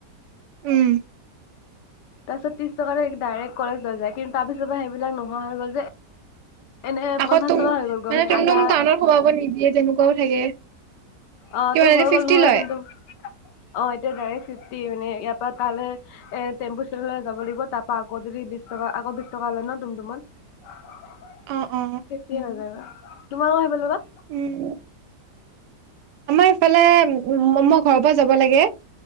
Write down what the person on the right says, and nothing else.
উম।
আকৌ
তুম,
মানে টুম-টুম
টাউনত সোমাব নিদিয়ে তেনেকুৱাও থাকে।
কিমান
এতিয়া
ফিফটি
লয়
অ অ
উম। আমাৰ ইফালে ম-মই ঘৰৰ পৰা যাব লাগে